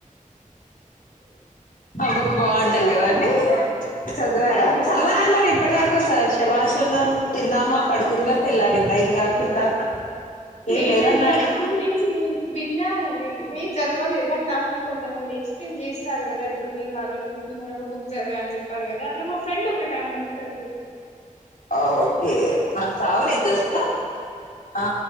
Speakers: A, on the left (about 80°); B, on the left (about 55°).
A: ఆ బుక్ బాగుంటది కదా అండి చదవాల
B: బాగుంటాయి
A: అన్నారు ఇప్పటి వరకు శభాష్ నం తిన్నామా పడుకుందా తెల్లారిందా ఇది కాకుండా ఏం
B: లేదండి
A: లేదన్నారుగా
B: ఆ బుక్ గురించి మీ విన్నాను నేను నేను చదవలే బట్ నాకు కొంతమంది ఎక్స్ప్లెయిన్ చేస్తారు కదా ఇప్పుడు మీరు లాగా మీరు ఇప్పు మొన్న ఒక బుక్ చదివా అని చెప్పారు కదా అట్లా మా ఫ్రెండ్ ఒక టామ్ ఉంటది
A: ఆ ఓకే నా సావు నేను చస్తా ఆ